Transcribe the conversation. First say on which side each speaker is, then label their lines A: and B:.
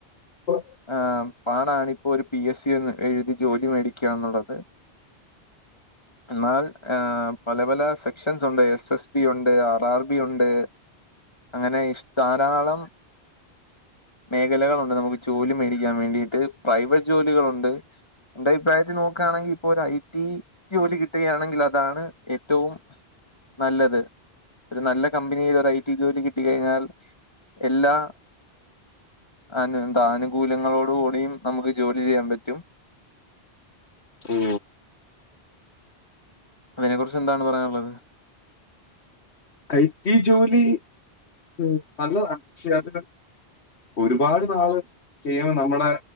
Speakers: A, on the left; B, on the left.
A: അപ്പൊ
B: ഏ പാടാണി ഇപ്പൊരു പി എസ് സി എന്ന് എഴുതി ജോലി മേടിക്യാ എന്നുള്ളത് എന്നാൽ ഏ പല പല സെക്ഷൻസ് ഉണ്ട് എസ് എസ് പി ഉണ്ട് ആ ബാർബി ഉണ്ട് അങ്ങനെ ഇഷ് ധാരാളം മേഖലകളുണ്ട് നമുക്ക് ജോലി മേടിക്കാൻ വേണ്ടിയിട്ട് പ്രൈവറ്റ് ജോലികളുണ്ട് ന്റെ അഭിപ്രായത്തില് നോക്കാ ണെങ്കില് ഇപ്പോരു ഐ ടി ഈ ജോലി കിട്ടുകയാണെങ്കിൽ അതാണ് ഏറ്റവും നല്ലത് ഒരു നല്ല കമ്പനിയി ഒരു ഐ ടി ജോലി കിട്ടി കഴിഞ്ഞാൽ എല്ലാ അനു ന്താനുകൂല്യങ്ങളോട് കൂടിയും നമുക്ക് ജോലി ചെയ്യാൻ പറ്റും
A: ഓ..
B: അയിനെ കുർച്ച് എന്താണ് പറയാനുള്ളത്
A: ഐ ടി ജോലി ഉം നല്ലതാ പക്ഷെ അത് ഒരുപാട് നാള് ചെയ്യണ നമ്മളെ